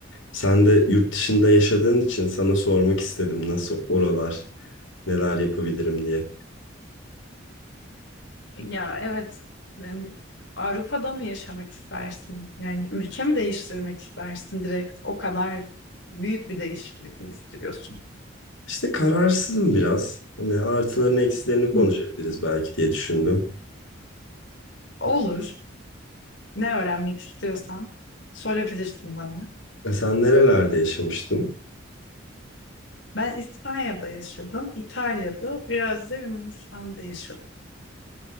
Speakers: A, on the left (about 80°); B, on the left (about 65°).
A: Sen de yurt dışında yaşadığın için sana sormak istedim nasıl oralar, neler yapabilirim diye.
B: Ya evet, em, Avrupa'da mı yaşamak istersin? Yani ülke mi değiştirmek istersin direkt? O kadar büyük bir değişiklik mi istiyorsun?
A: İşte kararsızım biraz. Hani artılarını eksilerini konuşabiliriz
B: Hı,
A: belki diye düşündüm.
B: olur. Ne öğrenmek istiyorsan sorabilirsin bana.
A: E, sen nerelerde yaşamıştın?
B: Ben İspanya'da yaşadım, İtalya'da, biraz da Yunanistan'da yaşadım.